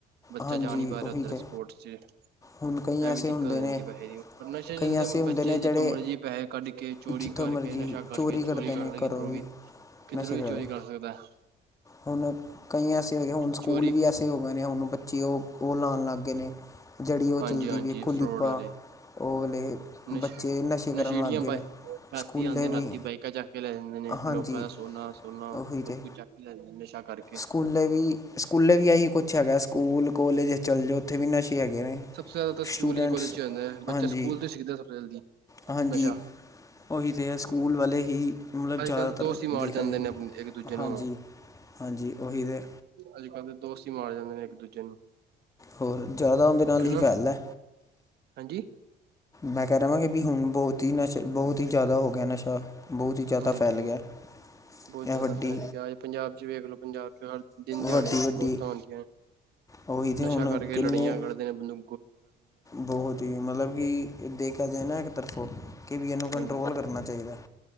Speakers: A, on the right; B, on the left.
A: ਬੱਚਾ
B: ਹਾਂਜੀ
A: ਜਾ ਨਹੀਂ ਪਾ
B: ਉਹੀ
A: ਰਿਹਾ, ਓਧਰ
B: ਤਾਂ
A: ਸਪੋਰਟਸ'ਚ। ਇਹ
B: ਹੁਣ ਕਈ ਐਸੇ
A: ਵੀ
B: ਹੁੰਦੇ
A: ਦਿੱਕਤ ਹੋ ਜਾਂਦੀ
B: ਨੇ
A: ਪੈਸੇ ਦੀ, ਪਰ ਨਸ਼ੇ
B: ਕਈ ਐਸੇ ਹੁੰਦੇ
A: ਬੱਚੇ
B: ਨੇ ਜਿਹੜੇ
A: ਜਿੱਥੋਂ ਮਰਜ਼ੀ ਪੈਹੇ ਕੱਢਕੇ ਚੋਰੀ
B: ਜਿੱਥੋਂ
A: ਕਰਕੇ,
B: ਮਰਜ਼ੀ
A: ਨਸ਼ਾ ਕਰਕੇ
B: ਕਰਦੇ
A: ਚੋਰੀ
B: ਨੇ
A: ਕਰ ਲਈ ਕਿਧਰੋਂ
B: ਘਰੋਂ
A: ਵੀ, ਕਿਧਰੋਂ
B: ਨਸ਼ੇ ਕਰਦੇ
A: ਵੀ ਚੋਰੀ ਕਰ ਸਕਦਾ।
B: ਹੁਣ ਕਈ ਐਸੇ ਹੋ ਗਏ ਹੁਣ ਸਕੂਲ
A: ਚੋਰੀ
B: ਵੀ ਐਸੇ ਹੋ ਗਏ ਨੇ, ਹੁਣ ਬੱਚੇ ਉਹ, ਉਹ ਲਾਣ ਲੱਗ ਗਏ ਨੇ। ਜਿਹੜੀ ਉਹ ਚਲਦੀ
A: ਹਾਂਜੀ ਹਾਂਜੀ
B: ਪੀਏ <inaudible>
A: ਫਰੋਡ ਵਾਲੇ
B: ਉਹ ਨੇ, ਬੱਚੇ,
A: ਨਸ਼
B: ਨਸ਼ੇ ਕਰਨ
A: ਨਸ਼ੇੜੀਆਂ
B: ਲਗਗੇ
A: ਬ
B: ਨੇ।
A: ਰਾਤੀ
B: ਸਕੂਲੇ
A: ਆਦੇ
B: ਵੀ
A: ਨੇ, ਰਾਤੀ ਬਾਈਕਾਂ ਚਕਕੇ ਲੈ ਜਾਂਦੇ ਨੇ,
B: ਹਾਂਜੀ
A: ਲੋਕਾਂ ਦਾ ਸੋਨਾ-ਸੁਨਾ
B: ਉਹੀ ਤੇ
A: ਸਭ ਕੁਝ ਚੱਕਕੇ ਲੈ ਜਾਂਦੇ ਨੇ, ਨਸ਼ਾ ਕਰ
B: ਸਕੂਲੇ ਵੀ, ਸਕੂਲੇ ਵੀ ਇਹੀ ਕੁਛ ਹੈਗਾ ਸਕੂਲ, ਕੋਲੇਜ ਚੱਲ ਜਾਓ ਉੱਥੇ ਵੀ ਨਸ਼ੇ ਹੈਗੇ ਨੇ
A: ਸਭ ਤੋਂ ਜ਼ਿਆਦਾ ਤਾਂ ਸਕੂਲ'ਚ
B: ਸਟੂਡੈਂਟਸ
A: ਕੋਲਜ'ਚ ਆਂਦਾ, ਬੱਚਾ
B: ਹਾਂਜੀ
A: ਸਕੂਲ ਤੋਂ ਹੀ ਸਿੱਖਦਾ ਸਭ ਜਲਦੀ,
B: ਹਾਂਜੀ
A: ਨਸ਼ਾ।
B: ਉਹੀ ਤੇ ਹੈ, ਸਕੂਲ ਵਾਲੇ ਹੀ ਮਤਲਬ
A: ਅੱਜ
B: ਜ਼ਿਆਦਾਤਰ
A: ਕੱਲ੍ਹ ਦੇ ਦੋਸਤ ਹੀ ਮਾਰ
B: ਦੇਖਿਆ
A: ਜਾਂਦੇ
B: ਜਾਵੇ,
A: ਨੇ ਆਪਣੇ ਇੱਕ ਦੂਜੇ ਨੂੰ
B: ਹਾਂਜੀ। ਹਾਂਜੀ, ਉਹੀ ਤੇ।
A: ਅੱਜ-ਕੱਲ ਤੇ ਦੋਸਤ ਹੀ ਮਾਰ ਜਾਂਦੇ ਨੇ, ਇੱਕ-ਦੂਜੇ ਨੂੰ।
B: ਹੋਰ, ਜ਼ਿਆਦਾ ਉੰਹਦੇ ਨਾਲ
A: ਹਨਾ
B: ਹੀ ਫੈਲਦਾ।
A: ਹਾਂਜੀ?
B: ਮੈਂ ਕਹਿ ਰਵਾਂਗੇ, ਵੀ ਹੁਣ ਬਹੁਤ ਹੀ ਨਸ਼ਾ ਬਹੁਤ ਹੀ ਜ਼ਿਆਦਾ ਹੋਗਿਆ ਨਸ਼ਾ, ਬਹੁਤ ਹੀ ਜ਼ਿਆਦਾ
A: ਹਾਂਜੀ
B: ਫੈਲ ਗਿਆ।
A: ਬਹੁਤ
B: ਇਹ
A: ਜ਼ਿਆਦਾ
B: ਵੱਡੀ
A: ਫੈਲ ਗਿਆ, ਅੱਜ ਪੰਜਾਬ'ਚ ਵੇਖਲੋ, ਪੰਜਾਬ'ਚ ਹਰ ਦਿਨ-ਦਿਹਾੜੇ
B: ਵੱਡੀ ਵੱਡੀ
A: ਮੌਤਾਂ ਹੋਂਦੀਆ।
B: ਉਹੀ ਤਾਂ
A: ਨਸ਼ਾ
B: ਹੁਣ
A: ਕਰਕੇ
B: ਕਿੰਨੇ
A: ਲੜਾਈਆਂ ਕਰਦੇ ਨੇ ਬੰਦੂ
B: ਬਹੁਤ ਹੀ, ਮਤਲਬ ਕਿ ਦੇਖਿਆ ਜਾਏ ਨਾ ਇੱਕ ਤਰਫੋਂ ਕਿ ਵੀ ਇਹਨੂੰ ਕੰਟਰੋਲ
A: ਹਾਂਜੀ
B: ਕਰਨਾ ਚਾਹੀਦਾ।